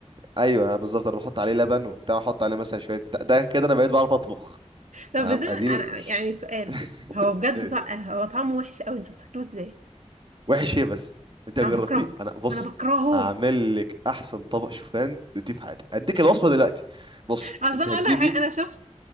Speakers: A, on the right; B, on the right.
A: ايوه أنا بالظبط انا بحط عليه لبن وبتاع احط عليه مثلا شويه بتاع ده كده انا بقيت بعرف اطبخ
B: طب
A: تمام
B: ازاي
A: اديني
B: انا يعني سؤال
A: <laughs>
B: هو بجد
A: إيه؟
B: طع... هو طعمه وحش قوي انتوا بتاكلوه ازاي
A: وحش ايه بس انت جربتيه
B: انا بكرهه
A: انا بص
B: انا بكرهه
A: هعمل لك احسن طبق شوفان دوتيه في حياتك هديك الوصفه دلوقتي بص
B: اصلا
A: انت
B: انا
A: هتجيبي
B: اقول لك حاجة، انا شفت